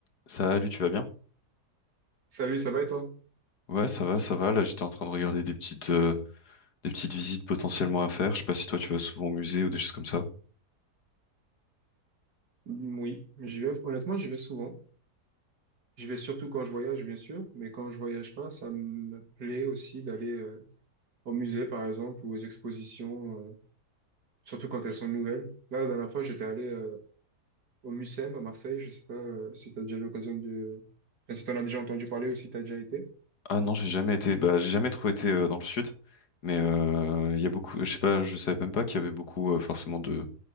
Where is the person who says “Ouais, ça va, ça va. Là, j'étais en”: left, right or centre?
Left